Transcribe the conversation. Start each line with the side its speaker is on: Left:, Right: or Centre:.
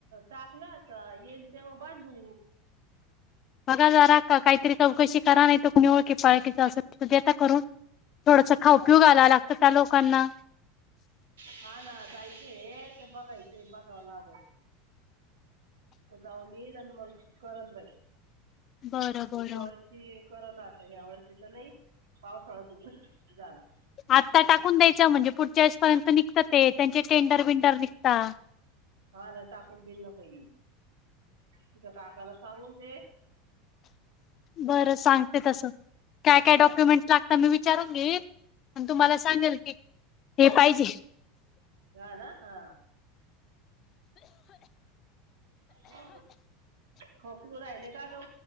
Right: टाकलं होत आता येन तेवा बांधू
Left: बघा जरा का काहीतरी चौकशी करा नाही त कोणी ओळखी पाळखीचा अस त देता करून थोडस खा उपयोग आला लागत त्या लोकांना
Right: हा ना जायच हे ते बघायचं बघावं लाग जाऊन येईल आणि मग कल बाई
Left: बरं बरं.
Right: पुढच्या वर्षी करल आता ह्या वर्षी तर नाही पावसाळा सुरू झाला
Left: आता टाकून द्यायच म्हणजे पुढच्या वेळेस पर्यंत निघत ते त्यांचे टेंडर बंडर निघता
Right: हा ना टाकून देईल ना बाई तुझ्या काकाला सांगून दे
Left: बरं सांगते तसं काय काय डॉक्युमेंट
Right: हा
Left: लागत मी विचारून घे पण तुम्हाला सांगेल की हे पाहिजे
Right: हा ना हा ह खोकलू राहिले का ग